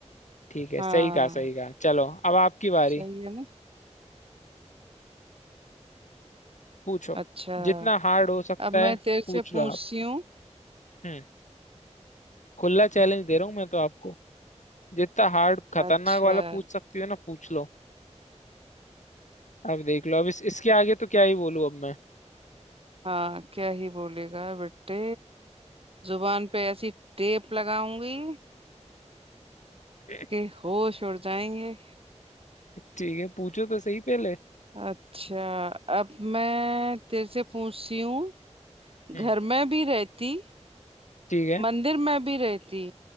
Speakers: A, on the left; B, on the right.
A: ठीक है
B: हाँ
A: सही कहा सही कहा चलो अब आपकी बारी
B: सही है ना
A: पूछो
B: अच्छा
A: जितना हार्ड हो सकता
B: अब
A: है
B: मैं तेरे
A: पूछ
B: से पूछती
A: लो आप
B: हूँ
A: हम्म खुला चैलेंज दे रहा हूँ मैं तो आपको जितना हार्ड खतरनाक
B: अच्छा
A: वाला पूछ सकती हो ना पूछ लो अब देख लो अब इस, इसके आगे तो क्या ही बोलूं अब मैं
B: हाँ क्या ही बोलेगा बेटे जुबान पे ऐसी टेप लगाऊंगी
A: <laughs>
B: कि होश उड़ जाएंगे
A: ठीक है पूछो तो सही पहले
B: अच्छा अब मैं तेरे से पूछती हूँ
A: हम्म
B: घर में भी रहती
A: ठीक है
B: मंदिर में भी रहती